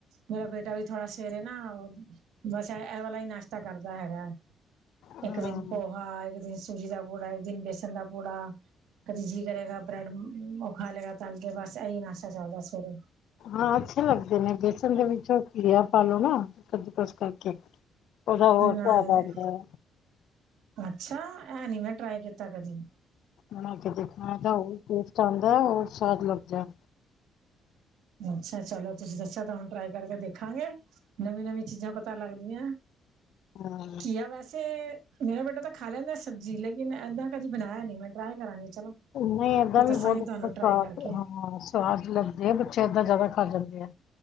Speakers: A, on the right (about 85°); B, on the left (about 75°).
A: ਮੇਰਾ ਬੇਟਾ ਵੀ ਥੋੜ੍ਹਾ ਸਵੇਰੇ ਨਾ ਬਸ ਇਹ ਵਾਲਾ ਹੀ, ਨਾਸ਼ਤਾ ਕਰਦਾ ਹੈਗਾ।
B: ਹਾਂ
A: ਇੱਕ ਦਿਨ ਪੋਹਾ, ਇੱਕ ਦਿਨ ਸੂਜੀ ਦਾ ਪੂੜਾ, ਇੱਕ ਦਿਨ ਵੇਸਣ ਦਾ ਪੂੜਾ। ਕਦੇ ਜੀਅ ਕਰੇਗਾ, ਬ੍ਰੈਡ ਉਹ ਖਾ ਲੇਗਾ, ਤਲ ਕੇ ਬਸ ਇਹੀ ਨਾਸ਼ਤਾ ਚੱਲਦਾ ਸਵੇਰੇ।
B: ਹਾਂ, ਅੱਛੇ ਲੱਗਦੇ ਨੇ, ਵੇਸਨ ਦੇ ਵਿੱਚ, ਘੀਆ ਪਾ ਲਉ ਨਾ ਕੱਦੂਕਸ ਕਰਕੇ। ਉਹਦਾ, ਹੋਰ ਸਵਾਦ
A: ਨਹੀਂ
B: ਆਉਂਦਾ ਹੈ।
A: ਅੱਛਾ ਐ ਨੀ, ਮੈਂ ਟਰਾਈ ਕੀਤਾ ਕਦੀ।
B: ਬਣਾ ਕੇ ਦੇਖਣਾ, ਤਾਂ ਬਹੁਤ ਟੈਸਟ ਆਉਂਦਾ, ਹੋਰ ਸਵਾਦ ਲੱਗਦਾ।
A: ਅੱਛਾ ਚਲੋ ਤੁਸੀਂ ਦੱਸਿਆ, ਤਾਂ ਹੁਣ ਟਰਾਈ ਕਰਕੇ ਦੇਖਾਂਗੇ। ਨਵੀਂ -ਨਵੀਂ ਚੀਜ਼ਾਂ, ਪਤਾ ਲੱਗਦੀਆਂ
B: ਹਾਂ
A: ਘੀਆ ਵੈਸੇ ਵੈਸੇ ਮੇਰਾ ਬੇਟਾ, ਤਾਂ ਖਾ ਲੈਂਦਾ ਸਬਜ਼ੀ ਲੇਕਿਨ ਏਦਾਂ ਕਦੀ ਬਣਾਇਆ ਨੀ, ਮੈਂ ਟਰਾਈ ਕਰਾਂਗੀ। ਚਲੋ
B: ਨਹੀਂ, ਏਦਾਂ
A: ਫਿਰ
B: ਵੀ
A: ਦੱਸਾਂਗੀ
B: ਬਹੁਤ ਅੱਛਾ
A: ਤੁਹਾਨੂੰ
B: ਸਵਾਦ,
A: ਟਰਾਈ ਕਰਕੇ
B: ਹਾਂ। ਸੁਆਦ ਲੱਗਦੇ ਆ, ਬੱਚੇ ਏਦਾਂ ਜ਼ਿਆਦਾ ਖਾ ਜਾਂਦੇ ਆ,